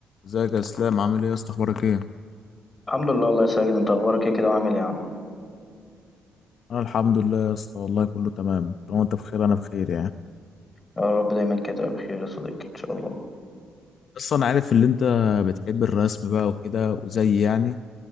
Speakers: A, on the left; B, on the left.
A: ازيك يا اسلام عامل ايه يا اسطى اخبارك ايه
B: الحمد لله والله يا ساجد انت اخبارك ايه كده وعامل ايه يا عم
A: انا الحمد لله يا اسطى والله كله تمام طالما انت بخير انا بخير يعني
B: يا رب دايما كده تبقى بخير يا صديقي ان شاء الله
A: بس انا عارف ان انت بتحب الرسم بقى وكده وزي يعني